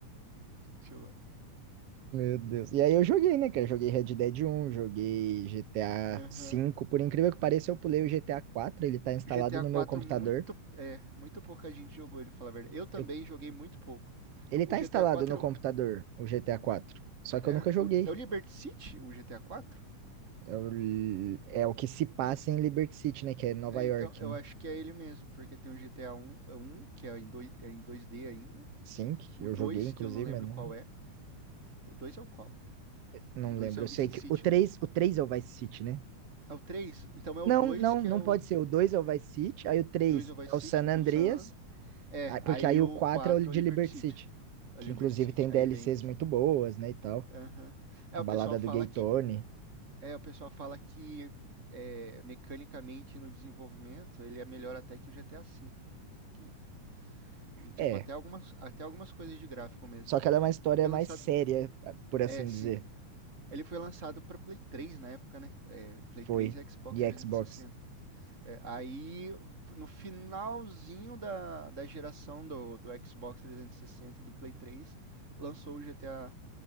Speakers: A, on the right; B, on the right.
A: gente jogar.
B: Meu Deus. E aí eu joguei, né, cara? Joguei Red Dead 1, joguei GTA
A: Aham.
B: cinco Por incrível que pareça, eu pulei o GTA quatro Ele tá instalado
A: o GTA
B: no
A: 4
B: meu computador.
A: muito, é, muito pouca gente jogou ele, fala a verdade. Eu também
B: Eu-
A: joguei muito pouco.
B: Ele
A: Eu-
B: tá
A: o GTA
B: instalado
A: 4
B: no computador, o GTA quatro Só
A: é,
B: que eu nunca joguei.
A: é o- é o Liberty City, o GTA 4?
B: É o, é o que se passa em Liberty City, né? Que é Nova
A: É,
B: York,
A: então eu
B: né?
A: acho que é ele mesmo, porque tem o GTA 1, é um, que é em, dois é em 2D ainda,
B: Sim, que
A: o
B: eu
A: 2
B: joguei, inclusive,
A: que eu não lembro
B: mas não,
A: qual é. O 2 é o qual?
B: não
A: O 2
B: lembro.
A: é o
B: Eu
A: Vice
B: sei que
A: City,
B: o três
A: né?
B: o 3 é o Vice City, né?
A: É o três Então é o
B: Não,
A: 2
B: não,
A: que
B: não
A: é o
B: pode ser. O 2 é o Vice City, aí o 3
A: 2 é o Vice
B: é o
A: City,
B: San Andreas,
A: o San Andreas. É,
B: aí- porque
A: aí
B: aí
A: o
B: o 4
A: 4
B: é o de
A: é o Liberty
B: Liberty
A: City.
B: City,
A: É o
B: que
A: Liberty
B: inclusive
A: City.
B: tem
A: Aí
B: DLCs
A: vem o 5.
B: muito boas, né, e tal.
A: Aham. É,
B: A
A: o
B: balada
A: pessoal fala
B: do Gay
A: que
B: Tony.
A: É, o pessoal fala que é, mecanicamente no desenvolvimento ele é melhor até que o GTA V. que- e tipo,
B: É,
A: até algumas, até algumas coisas de gráfico mesmo.
B: só que ela é uma história
A: Ele foi lançado.
B: mais séria, por assim
A: É, sim.
B: dizer.
A: Ele foi lançado para Play 3 na época, né? É, Play
B: Foi
A: 3 e Xbox
B: de
A: 360.
B: Xbox.
A: É, aí, no finalzinho da, da geração do, do Xbox 360 e sessenta e do Play 3, lançou o GTA,